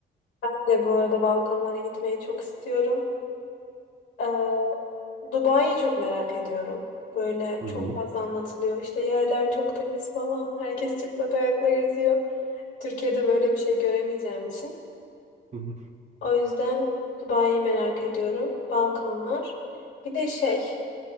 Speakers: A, on the left; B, on the right.
A: Ben de bu arada Balkanlara gitmeyi çok istiyorum. Ee, Dubai'yi çok merak ediyorum. Böyle
B: Hı
A: çok
B: hı.
A: fazla anlatılıyor. İşte yerler çok temiz falan. Herkes çıplak ayakla geziyor. Türkiye'de böyle bir şey göremeyeceğim için.
B: Hı hı.
A: O yüzden Dubai'yi merak ediyorum. Balkanlar. Bir de şey,